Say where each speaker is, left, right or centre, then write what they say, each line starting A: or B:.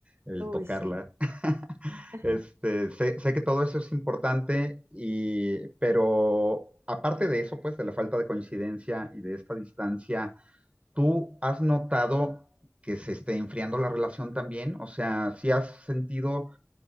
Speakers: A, on the right; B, on the right.
A: el
B: Uy,
A: tocarla.
B: sí.
A: <laughs>
B: <laughs>
A: Este, sé, sé que todo eso es importante, y, pero aparte de eso, pues, de la falta de coincidencia y de esta distancia, ¿tú has notado que se esté enfriando la relación también? O sea, ¿sí has sentido